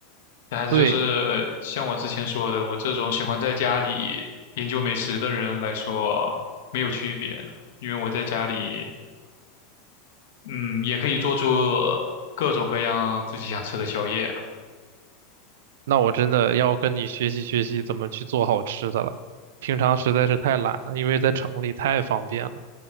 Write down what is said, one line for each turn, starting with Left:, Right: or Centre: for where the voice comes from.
Left: 还是就是，
Right: 对，
Left: 呃，像我之前说的，我这种喜欢在家里研究美食的人来说，没有区别，因为我在家里，嗯，也可以做出各种各样自己想吃的宵夜啊。
Right: 那我真的要跟你学习学习怎么去做好吃的了，平常实在是太懒了，因为在城里太方便了。